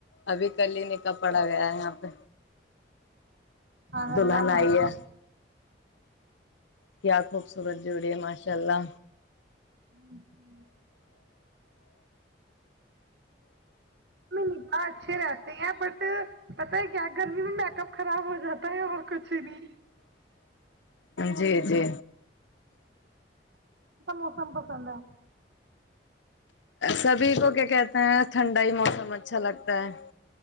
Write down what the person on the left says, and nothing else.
ابھی کل ہی نکل پڑا گیا ہے یہاں پہ
دلہن
آئی ہے
کیا خوبصورت جڑی ہے ماشاء اللہ
جی جی
سبھی کو کیا کہتے ہیں ٹھنڈا ہی موسم اچھا لگتا ہے